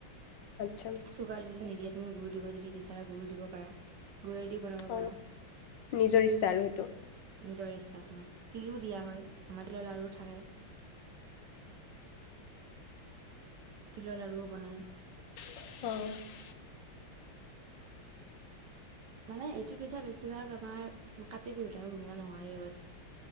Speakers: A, on the left; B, on the right.
A: আচ্ছা।
B: চুগাৰ যদি নিদিয়ে তুমি গুড় দিব যদি বিচাৰা গুুৰ দিব পাৰা। গুৰে দি বনাব
A: অ
B: পাৰা।
A: নিজৰ ইচ্ছা আৰু সেইটো
B: নিজৰ ইচ্ছা তোমাক তিলো দিয়া হয় আমাৰ তিলৰ লাড়ু থাকে। তিলৰ লাড়ুও বনাই।
A: অঁ।
B: মানে এইটো পিঠা বেছিভাগ আমাৰ কাতি বিহুত আমাৰ বনোৱা নহয়।